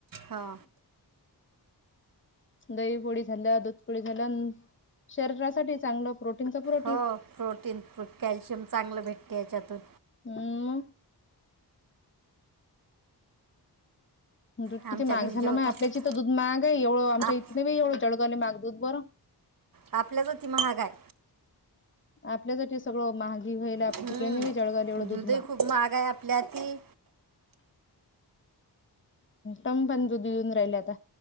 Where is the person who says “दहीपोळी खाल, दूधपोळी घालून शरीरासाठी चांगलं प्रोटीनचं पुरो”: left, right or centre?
Left